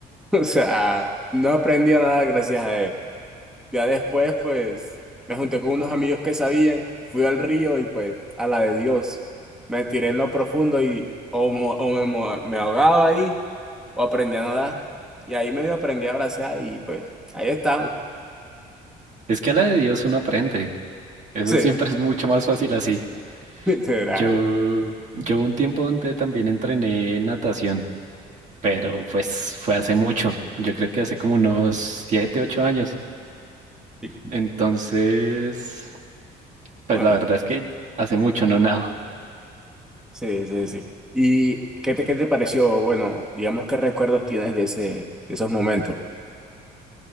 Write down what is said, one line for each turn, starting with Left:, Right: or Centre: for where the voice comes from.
Centre: o sea, no aprendía nada gracias a él. Ya después, pues, me junté con unos amigos que sabían, fui al río y pues, a la de Dios, me tiré en lo profundo y o, mo- o me, mo- me ahogaba ahí o aprendí a nadar. Y ahí medio aprendí a bracear y pues, ahí estamos.
Right: Es que a la de Dios uno aprende. Eso
Centre: Sí,
Right: siempre es mucho más fácil así.
Centre: literal.
Right: Yo, yo hubo un tiempo donde también entrené natación, pero pues fue hace mucho. Yo creo que hace como unos siete, ocho años.
Centre: Sí.
Right: Entonces, Pues
Centre: Bueno,
Right: la verdad es que hace mucho no nado.
Centre: sí, sí, sí. ¿Y qué te, qué te pareció? Bueno, digamos, ¿qué recuerdos tienes de ese, de esos momentos?